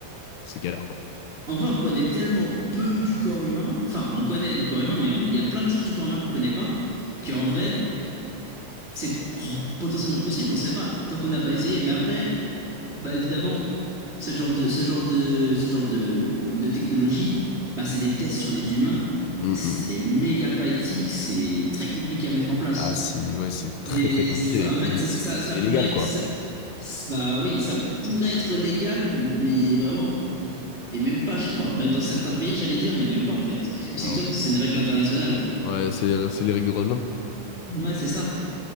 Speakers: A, on the left (about 80°); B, on the right (about 20°).
A: c'est galère, quoi.
B: en vrai, on connaît tellement peu du corps humain. Enfin, on connaît du corps humain, mais on- il y a plein de choses du corps humain qu'on connaît pas, qu'en vrai, c'est pro- potentiellement possible, on sait pas, tant qu'on n'a pas essayé. Mais après, bah, évidemment, ce genre de, ce genre de, ce genre de, de technologie, bah, c'est des tests sur des humains.
A: Hum,
B: C'est
A: hum.
B: méga pas éthique, c'est très compliqué à mettre en place.
A: Ah, c'est, ouais, c'est très
B: Et
A: très compliqué,
B: ça-
A: et puis
B: en fait,
A: même,
B: ça,
A: c'est
B: ça, ça
A: c'est
B: pourrait
A: illégal,
B: être,
A: quoi.
B: ça- c'est- bah oui, ça pourrait être légal, mais vraiment, et même pas, je crois. Même dans certains pays, j'allais dire, mais même pas en fait. Parce
A: Non.
B: qu'il me semble que c'est une règle internationale.
A: Ouais, c'est c'est les règles des droits de l'homme,
B: Ouais, c'est ça.